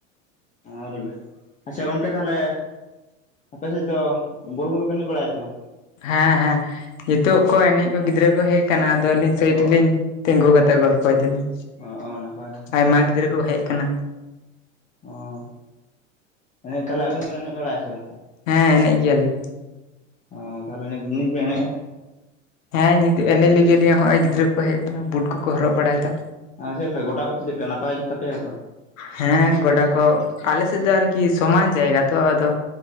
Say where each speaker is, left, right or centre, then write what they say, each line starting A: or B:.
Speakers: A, on the left; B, on the left.
A: ᱚᱲᱟᱜ ᱨᱮᱜᱮ, ᱟᱪᱪᱷᱟ ᱜᱚᱝᱠᱮ ᱛᱟᱦᱚᱞᱮ ᱟᱯᱮ ᱥᱮᱫ ᱫᱚ ᱵᱚᱞ ᱠᱚ ᱫᱚ ᱯᱮ ᱮᱱᱮᱡ ᱵᱟᱲᱟᱭᱟ ᱥᱮ ᱵᱟᱝ
B: ᱦᱮᱸ ᱦᱮᱸ ᱱᱤᱛᱳᱜ ᱠᱚ ᱮᱱᱮᱡ ᱠᱚ ᱜᱤᱫᱽᱨᱟᱹ ᱠᱚ ᱦᱮᱡ ᱠᱟᱱᱟ ᱟᱫᱚ ᱟᱹᱞᱤᱧ ᱥᱟᱭᱤᱰ
A: ᱚ
B: ᱨᱮᱞᱤᱧ ᱛᱮᱸᱜᱳ ᱠᱟᱛᱮᱜ ᱜᱚᱞᱯᱚᱭ ᱫᱟ ᱞᱤᱧ
A: ᱚ ᱚ ᱱᱟᱯᱟᱭ ᱠᱟᱛᱷᱟ
B: ᱟᱭᱢᱟ ᱜᱤᱫᱽᱨᱟᱹ ᱠᱚ ᱦᱮᱡ ᱠᱟᱱᱟ
A: ᱚ ᱮᱱ ᱛᱟᱦᱚᱞᱮ ᱟᱵᱮᱱ ᱫᱚ ᱵᱮᱱ ᱮᱱᱮᱡ ᱵᱟᱲᱟᱭᱟ ᱥᱮ ᱵᱟᱝ
B: ᱦᱮᱸ ᱮᱱᱮᱡ ᱜᱮᱭᱟ ᱞᱤᱧ
A: ᱚ ᱛᱟᱦᱚᱞᱮ ᱱᱤᱫ ᱵᱮᱱ ᱮᱱᱮᱡᱟ?
B: ᱦᱮᱸ ᱧᱤᱫᱟᱹ ᱮᱱᱮᱡ ᱞᱟᱹᱜᱤᱫ ᱞᱮ ᱦᱚᱜᱼᱚᱭ ᱜᱤᱫᱽᱨᱟᱹ ᱠᱚ ᱦᱮᱡ ᱠᱟᱱᱟ ᱵᱩᱴ ᱠᱚᱠᱚ ᱦᱚᱨᱚᱜ ᱵᱟᱲᱟᱭᱮᱫᱟ
A: ᱟᱨ ᱪᱮᱫ ᱞᱮᱠᱟ ᱜᱚᱰᱟ ᱠᱚᱫᱚ ᱪᱮᱫ ᱞᱮᱠᱟ ᱱᱟᱯᱟᱭ ᱜᱮᱛᱟᱯᱮᱭᱟ ᱛᱚ?
B: ᱦᱮᱸ ᱜᱚᱰᱟ ᱠᱚ, ᱟᱞᱮ ᱥᱮᱫ ᱫᱚ ᱟᱨᱠᱤ ᱥᱚᱢᱟᱱ ᱡᱟᱭᱜᱟ ᱛᱚ᱾ ᱟᱫᱚ